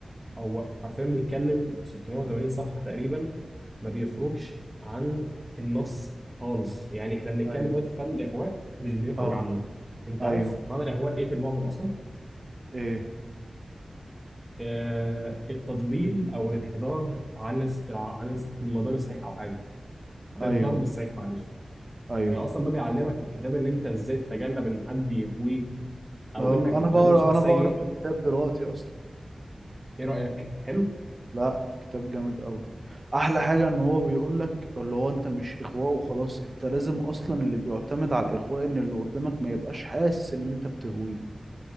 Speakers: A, on the right; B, on the right.
A: هو حرفيا بيتكلم 680 صفحة تقريبا ما بيخرجش عن النص خالص يعني احنا بنتكلم
B: ايوه
A: دلوقتي في فن الإغواء مش بيخرج
B: اه
A: عنه انت
B: ايوه
A: عارف معنى الإغواء ايه في المعجم اصلا
B: ايه
A: آه التضليل او الانحدار عن الس- عن الس- المدار الصحيح او حاجة عن
B: ايوه
A: الضرب الصحيح معلش
B: ايوه
A: هي اصلا بقى بيعلمك في الكتاب ان انت ازاي تتجنب ان حد يغويك او
B: اه
A: انك
B: انا بقرا
A: لو انت شخص
B: انا
A: سيء
B: بقرا في الكتاب دلوقتي اصلا
A: ايه رأيك حلو
B: لا كتاب جامد قوي احلى حاجه ان هو بيقول لك اللي هو انت مش اغواء وخلاص انت لازم اصلا اللي بيعتمد على الاغواء ان اللي قدامك ما يبقاش حاسس ان انت بتغويه